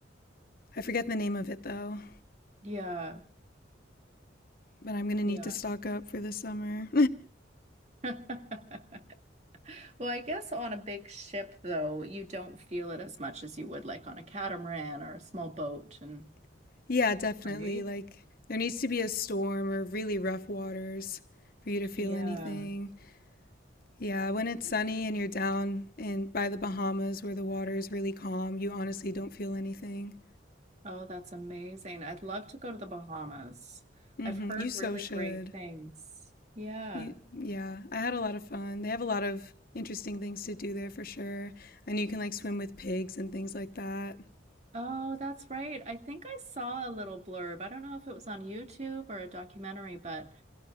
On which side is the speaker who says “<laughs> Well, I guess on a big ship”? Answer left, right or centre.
Right